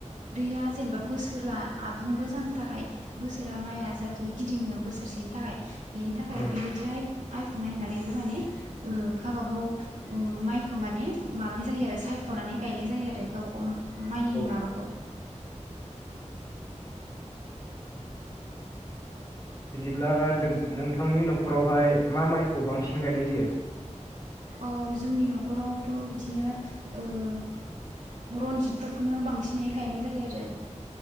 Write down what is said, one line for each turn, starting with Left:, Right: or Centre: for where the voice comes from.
Right: दैैया जेनेबा बोसोरा आबुंल' जानो थाखाय बोसोरा माइआ जाहाथे गिदिङो बोसोरसेनि थाखाय बेनि थाखाय
Left: औ
Right: बेबायदि आइ आइ नायनानैबो माने ओ हाबाखौ ओ माइखौ माने माबानाय जायो आरो सायख'नानै गायनाय जायो आरो। गावबा गाव माइनि
Left: औ
Right: माबाखौ <inaudible>
Left: बिदिब्ला नोंथांनि
Right: औ
Left: न खरावहाय मा माइखौ बांसिन गायनाय जायो?
Right: औ जोंनि न'खरावथ' बिदिनो ओ रनजितफोरखौनो बांसिनै गायनाय जायो आरो।